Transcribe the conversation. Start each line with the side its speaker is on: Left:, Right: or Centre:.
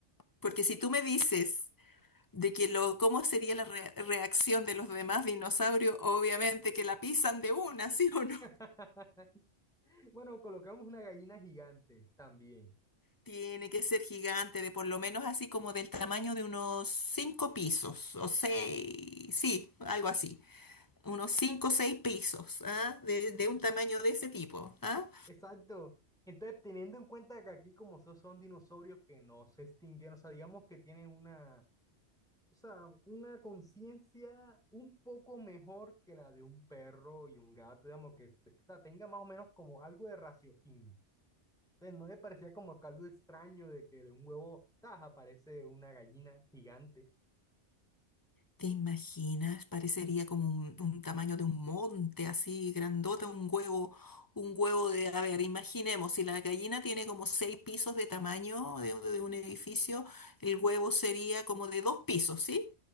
Left: Porque si tú me dices de que lo, cómo sería la re- reacción de los demás dinosaurios, obviamente que la pisan de una, ¿sí o no?
Centre: <laughs> Bueno, colocamos una gallina gigante también.
Left: Tiene que ser gigante, de por lo menos así como del tamaño de unos cinco pisos o seis, sí, algo así. unos 5 o 6 pisos, ¿ah? De, de un tamaño de ese tipo, ¿ah?
Centre: Exacto. Entonces, teniendo en cuenta que aquí como so- son dinosaurios que no se extinguieron, o sea, digamos que tienen una, o sea, una conciencia un poco mejor que la de un perro y un gato, digamos que se- o sea, tenga más o menos como algo de raciocinio. Entonces, no le parecía como que algo extraño de que de un huevo taja aparece una gallina gigante.
Left: ¿Te imaginas? Parecería como un, un tamaño de un monte, así grandota, un huevo, un huevo de, a ver, imaginemos, si la gallina tiene como seis pisos de tamaño de, de un edificio, el huevo sería como de dos pisos, ¿sí?